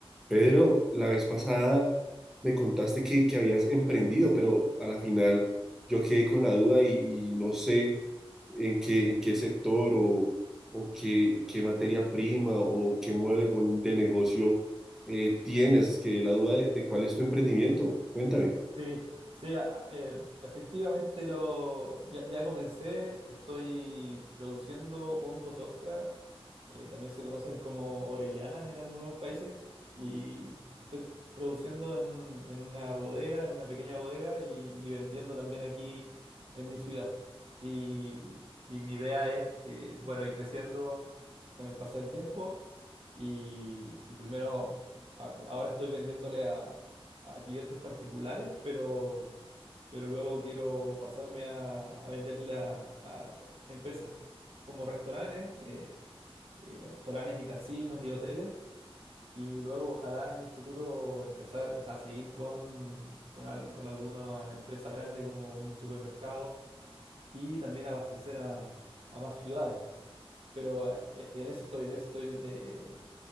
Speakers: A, in the centre; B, on the right.
A: Pedro, la vez pasada me contaste que, que habías emprendido, pero a la final yo quedé con la duda y, y no sé en qué, en qué sector o, o qué, qué materia prima o qué modelo de negocio eh, tienes. Es la duda de, de cuál es tu emprendimiento. Cuéntame.
B: Sí, sí, a- a- eh, efectivamente lo, ya, ya comencé, estoy produciendo hongos ostra, eh, también se conocen como orellanas en algunos países, y estoy c- produciendo en un- en una bodega, en una pequeña bodega, y, y vendiendo también aquí en mi ciudad. Y, y mi idea es que, bueno, ir creciendo con el paso del tiempo, y, y primero, a- ahora estoy vendiéndole a a clientes particulares, pero, pero luego quiero pasarme a, a venderle a, a empresas como restaurantes, eh, eh, restaurantes y casinos y hoteles. Y luego ojalá en el futuro empezar, o sea, seguir con, con, al- con alguna empresa grande como un supermercado y también abastecer a, a más ciudades. Pero ah, e- en eso estoy, en eso estoy. eh,